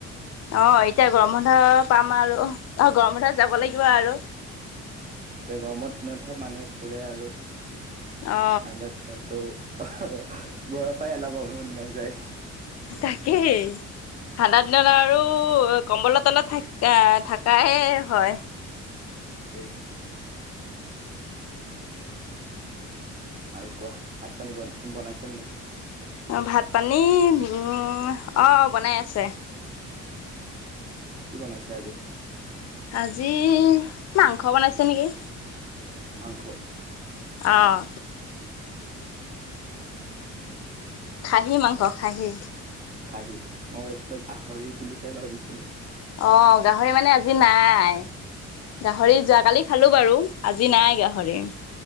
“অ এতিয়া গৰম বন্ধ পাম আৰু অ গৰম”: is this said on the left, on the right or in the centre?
Left